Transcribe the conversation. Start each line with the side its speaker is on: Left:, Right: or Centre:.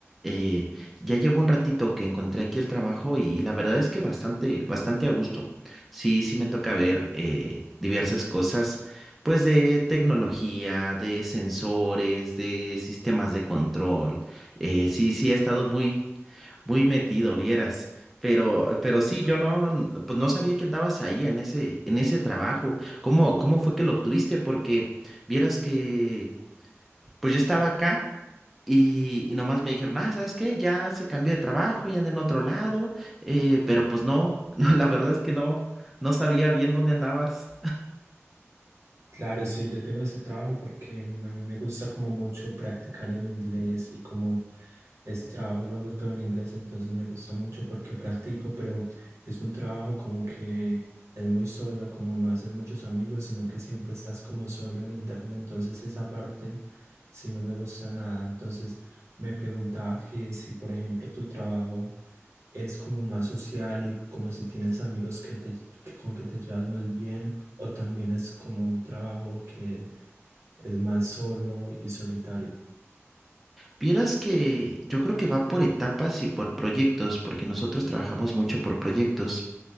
Centre: Eh, ya llevo un ratito que encontré aquí el trabajo y la verdad es que bastante, bastante a gusto. Sí, sí me toca ver eh, diversas cosas, pues de tecnología, de sensores, de sistemas de control. Eh, sí, sí, ha estado muy, muy metido, vieras. Pero, pero sí, yo no, n- pues no sabía que andabas ahí en ese, en ese trabajo. ¿Cómo, cómo fue que lo obtuviste? Porque vieras que, pues yo estaba acá y, y nomás me dijeron, ah, ¿sabes qué? Ya se cambió de trabajo y anda en otro lado. eh, pero pues no, <laughs> no, la verdad es que no, no sabía bien dónde andabas.
Right: Claro, sí, yo tengo ese trabajo porque mm, a mí me gusta como mucho practicar el inglés y como ese trabajo lo hago todo en inglés, entonces me gusta mucho porque practico, pero es un trabajo como que es muy solo, como no haces muchos amigos, sino que siempre estás como solo en internet, entonces esa parte sí no me gusta nada. Entonces me preguntaba que si, por ejemplo, tu trabajo es como más social y como si tienes amigos que te, que- con que te llevas muy bien, o también es como un trabajo que es más solo y solitario.
Centre: Vieras que yo creo que va por etapas y por proyectos, porque nosotros trabajamos mucho por proyectos.